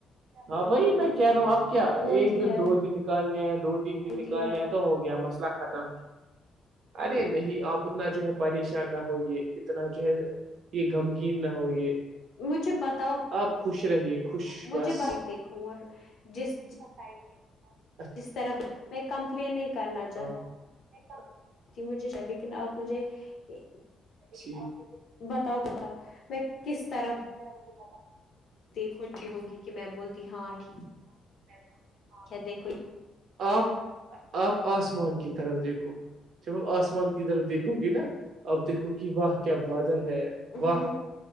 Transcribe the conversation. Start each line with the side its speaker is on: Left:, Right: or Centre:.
Right: ہاں بائی
Left: ہو کے
Right: میں کہہ رہا ہوں آب کیا
Left: ہوتی
Right: ایک دن
Left: ہے
Right: دو دن نکالنے ہیں دو تین
Left: ہوتی
Right: دن نکالنے
Left: ہے
Right: ہیں تو ہو گیا مسئلہ ختم ارے نہیں آپ اتنا جو ہے پریشان نہ ہوئیے اتنا جو ہے یہ غمگین نہ ہو یہ
Left: مجھے بتاؤ
Right: آپ خوش رہیے خوش
Left: مجھے
Right: بس
Left: بائٹ دیکھو اور جس <inaudible>
Right: ساہ پ <inaudible>
Left: جس طرح میں کمپلین نہیں کرنا چاہتا
Right: کمپلین
Left: تھی مجھے لیکن اپ مجھے <inaudible>
Right: جچھی <inaudible>
Left: بتاؤ بتاؤ میں کس طرف
Right: ب <inaudible>
Left: دیکھن جی ہوگی کہ میں بولتی ہاں ٹھیک <inaudible>
Right: <inaudible>
Left: دیکھوئی <inaudible>
Right: آپ آپ آسمان کی طرف دیکھو چل آسمان کی طرف دیکھو گے نا اپ دیکھو گی بات <inaudible> کیا بادل ہے واہ
Left: ہوں